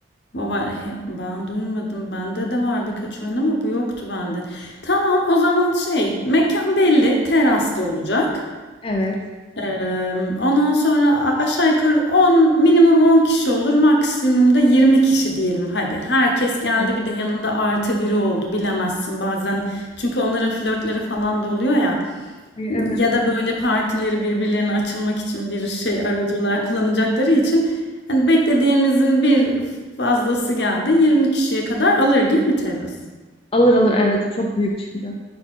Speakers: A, on the left; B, on the left.
A: Baba he, ben duymadım. Bende de var birkaç oyun ama bu yoktu bende. Tamam o zaman şey mekan belli terasta olacak.
B: Evet.
A: Emm, ondan sonra a aşağı yukarı 10 minimum 10 kişi olur, maksimum da 20 kişi diyelim hadi. Herkes geldi
B: Evet.
A: bir de yanında artı biri oldu bilemezsin bazen çünkü onların flörtleri falan da oluyor ya
B: Ay,
A: ya
B: evet.
A: da böyle partileri birbirlerine açılmak için bir şey aracı olarak kullanacakları için hani beklediğimizin bir fazlası geldi 20 kişiye kadar alır değil mi terası?
B: Alır alır evet çok büyük çünkü.